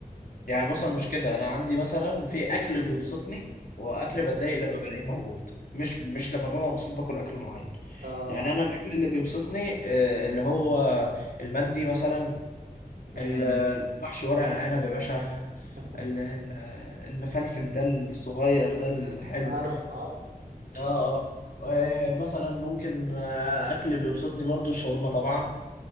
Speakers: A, on the left (about 65°); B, on the right (about 85°).
A: يعني بص انا مش كده انا عندي مثلا في اكل بيبسطني واكل
B: مم.
A: بتضايق لما بلاقيه موجود مش مش لما ببقى مبسوط باكل اكل معين
B: اه
A: يعني انا الاكل اللي بيبسطني آه، اللي هو المندي مثلا
B: جامد
A: المحشي ورق عنب يا باشا
B: <laughs>
A: ال- ال- المفلفل ده الصغير ده الحلو
B: عارف عارف
A: اه اه آه، مثلا ممكن آه، اكل بيبسطني برضو الشاورما طبعا